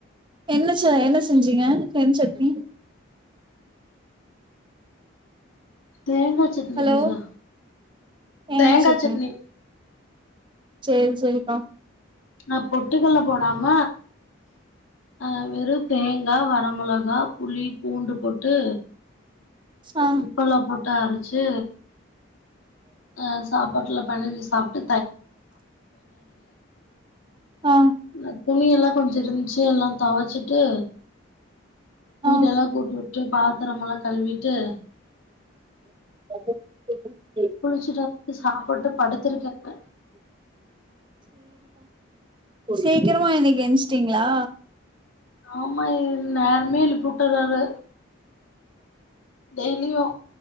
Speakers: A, on the right; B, on the left.
A: என்ன ஷ என்ன செஞ்சீங்க என்ன சட்னி
B: தேங்காய் சட்னி
A: ஹலோ
B: நிஜ்வா
A: எங்கயாச்சு
B: தேங்கா
A: இருக்கீங்
B: சட்னி
A: சேரி சேரிக்கா
B: நா பொட்டுக்கல்ல போடாம ஆ வெறும் தேங்கா வர மொளகா புளி பூண்டு போட்டு
A: ஆ
B: உப்பெல்லா போட்டு அரச்சு அ சாப்பாட்டுல பெனஞ்சு சாப்ட்டு
A: ஆ
B: நக் துணி எல்லா கொஞ்ச இருந்துச்சு எல்லா துவச்சிட்டு வீடெல்லா
A: ஆ
B: கூட்டி உட் அப்படியே பாத்ரமெல்லா கழுவிட்டு
A: <inaudible>
B: குளிச்சுட்டு வந்து சாப்புட்டு படுத்திருக்கேனு
A: சீக்கரமா இன்னைக்கு எந்ச்சிட்டிங்ளா
B: ஆமா இ நேரமே எழுப்பி உட் டர்ரறு டெய்லியு